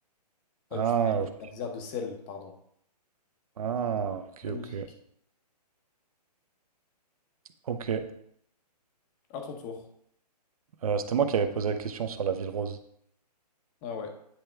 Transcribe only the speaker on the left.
Euh, du sel,
un désert de sel, pardon.
Magnifique.
À ton tour.
Ah ouais.